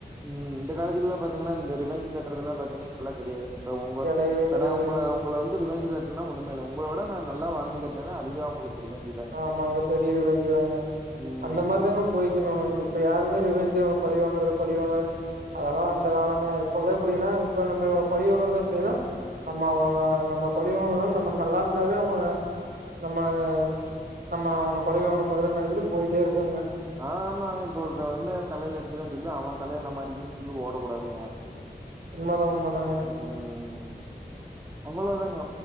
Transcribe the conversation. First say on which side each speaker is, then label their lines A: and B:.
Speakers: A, on the right; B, on the right.
A: ம் இந்த காலத்துலல்லா பாத்தீங்கன்னா இந்த ரிபஞ்ச் கட்டுறதுல்லா பாத்தீங்கன்னா இப்பல்லா கிடையாதுங்க இப்ப உங்க
B: கெடையவே
A: இப்ப
B: கெடையாது
A: நா உங்கள உங்கள வந்து ரீவென்ஜ் கட்னன்னா ஒண்ணுமே இல்ல உங்கள விட நா நல்லா வாழ்ந்து காட்னாலே அதுவே அவங்களுக்கு ரீவென்ஜ்ஜு
B: ஆமாங்க பெரிய ரீவேஞ்சுதாங்க
A: ம்
B: அந்த மாரிதாங்க போய்க்கணு இப்ப யாருங்க ரிவேஞ்சி அவ பலி வாங்குறது பலி வாங்குறது அதெல்லா அந்த காலங்க இப்பவே எப்டின்னா இப்ப நம்ம இ பழி வங்கறத ன்னா நம்ம அவள நம்ம பலி வாங்குறதுனா நம்ம நல்லா இருந்தாவே அவங்க நம்ம ம்ச் நம்ம அவன பழிவங்கன மாரிதா நினச்சிட்டு போயிட்டே இருக்காங்க
A: ஆமாங்க இப்ப ஒருத்த வந்து தலையில அடிச்சுருவானு சொல்லி அவ தலையில நம்ம அடிக்கணன்னு சொல்லி ஓடக்கூடாதுங்க
B: உண்மதா உண்மதாங்க
A: ம் ம்ச் அவ்ளோதாங்க